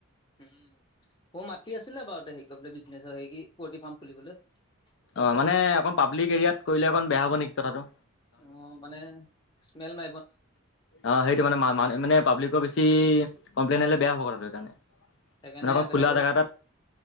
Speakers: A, on the left; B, on the left.
A: উম, মক মাতি আছিলে বাৰুতি হেৰি কৰিবলৈ বিজনেছৰ হেৰি কি পৰ্টি ফাৰ্ম খুলিবলৈ। <unintelligible>
B: অহ, মানে অকণ পাব্লিক এৰিয়াত কৰিলে অকণ বেয়া হব নেকি কথাটো?
A: অহ, মানে স্মেল ম
B: অহ, সেইটো মানে মা মানে পাব্লিকৰ বেছি কমপ্লেইন হলে বেয়া <unintelligible>
A: সেইকাৰণে
B: মানে অকণ
A: বেলেগে
B: খুলা জেগা এটাত